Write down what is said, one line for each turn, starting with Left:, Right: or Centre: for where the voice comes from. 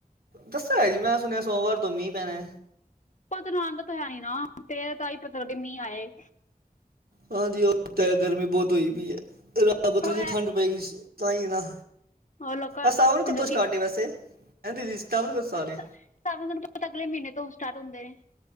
Right: ਦੱਸਿਆਂ ਹੋਇਆ ਜੀ ਮੈਂ ਸੁਣਿਆ ਸੋਮਵਾਰ ਤੋਂ ਮੀਂਹ ਪੈਣਾ
Left: ਪਤਾ ਨੀ ਆਂਦਾ ਤਾਂ ਹੈ ਨੀ ਨਾ ਫ਼ੇਰ ਤਾਂਈ ਪਤਾ ਲੱਗੇ ਮੀਂਹ ਆਏ
Right: ਹਾਂਜੀ ਉਹ ਤਾਂ ਗਰਮੀ ਬਹੁਤ ਹੋਈ ਪਈ ਐ ਰੱਬ ਥੋੜ੍ਹੀ
Left: ਹੋਰ
Right: ਜੀਹੀ ਠੰਡ ਪਏਗੀ ਤਾਹੀਂ ਨਾ
Left: ਲੋਕਾਂ
Right: ਸਟਾਵਨ ਕਥੋਂ
Left: ਲੋਕੀ
Right: ਸਟਾਟ ਵੈਸੇ ਹੈਂ ਦੀਦੀ ਸਟਾਵਨ ਕੋਂ ਸਟਾਟ ਏ
Left: ਸਾਵਣ ਤੈਨੂੰ ਪਤਾ ਅਗਲੇ ਮਹੀਨੇ ਤੋਂ ਸਟਾਰਟ ਹੁੰਦੇ ਨੇ